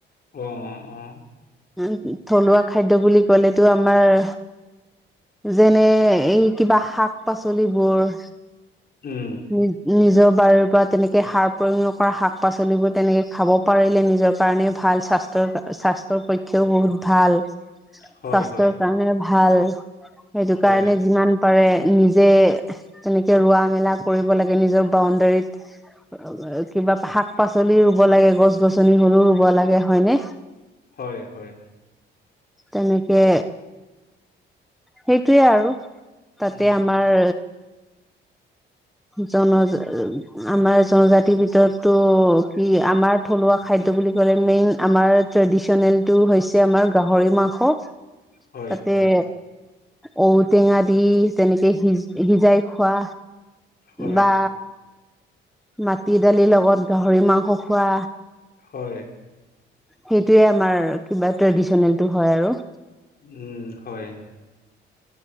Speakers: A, on the left (about 50°); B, in the centre.
A: অ অ অ
B: উ থলুৱা খাদ্য বুলি কলেটো আমাৰ যেনে এই কিবা শাক পাচলিবোৰ
A: উম,
B: নি নিজৰ বাৰুৰ পৰা তেনেকে সাৰ প্ৰয়োগ নকৰা শাক পাচলিবোৰ তেনেকে খাব পাৰিলে নিজৰ কাৰণে ভাল স্বাস্থ্য স স্বাস্থ্যৰ পক্ষেও বহুত ভাল
A: হয়,
B: স্বাস্থ্যৰ
A: হয়,
B: কাৰণে ভাল সেইটো
A: হয়,
B: কাৰণে যিমান পাৰে নিজে তেনেকে ৰোৱা মেলা কৰিব লাগে নিজৰ বাউণ্ডাৰীত কিবা শাক পাচলি ৰুব লাগে গছ গছনি হলেও ৰুব লাগে হয়নে
A: হয় হয়
B: তেনেকে সেইটোয়ে আৰু তাতে
A: উম,
B: আমাৰ জনজা আমাৰ জনজাতিৰ ভিতৰতটো কি আমাৰ থলুৱা খাদ্য কলে মেইন আমাৰ ট্ৰেডিচনেলটো হৈছে আমাৰ গাহৰি মাংস তাতে
A: হয়, হয়,
B: ঔ টেঙা দি তেনেকে সিজ সিজাই খোৱা
A: হয়,
B: বা মাটি দালিৰ লগত গাহৰি মাংস খোৱা
A: হয়
B: সেইটোয়ে আমাৰ কিবা ট্ৰেডিচনেলটো হয় আৰু
A: উম হয়